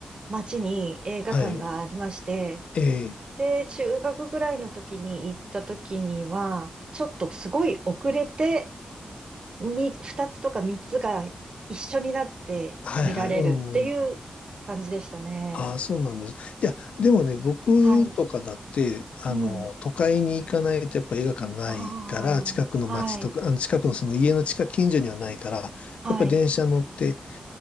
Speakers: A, on the right; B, on the left.
A: 町に映画館がありまして、
B: はい。え
A: で、中学ぐらいの時に行った時には、ちょっとすごい遅れてみ、二つとか三つが一緒になって見られるっていう感じでしたね。
B: はいはい、うん。ああ、そうなんです。いや、でもね、僕とかだって、
A: はい。
B: あの、
A: うん。
B: 都会に行かないとやっぱ映画館ないから、
A: ああ、
B: 近くの街とか、
A: はい、
B: あの、近くのその家の近、近所にはないから、やっぱ電車乗って
A: はい、